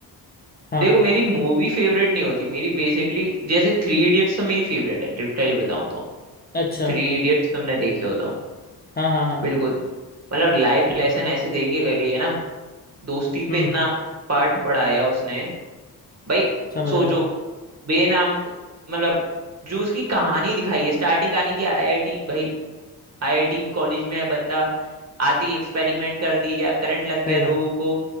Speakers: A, on the left; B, on the right.
A: हाँ
B: देखो मेरी मूवी फेवरेट नहीं होती मेरी बेसिकली जैसे थ्री इडियट्स तो मेरी फेवरेट है लिटरली बताऊं तो
A: अच्छा
B: थ्री इडियट्स तुमने देखी हो तो
A: हाँ हाँ हाँ
B: बिल्कुल मतलब लाइफ
A: ठीक
B: लेसन
A: है
B: ऐसे दे के गई है ना दोस्ती पे
A: हम्म
B: इतना पाठ पढ़ाया उसने भाई
A: समझ
B: सोचो
A: रहा हूँ
B: बेनाम क- मतलब जो उसकी कहानी दिखाई है स्टार्टिंग कहानी की आईआईटी भाई आईआईटी कॉलेज में है बंदा आते ही एक्सपेरिमेंट कर दिया करंट लग गया
A: सही
B: लोगों
A: बात
B: को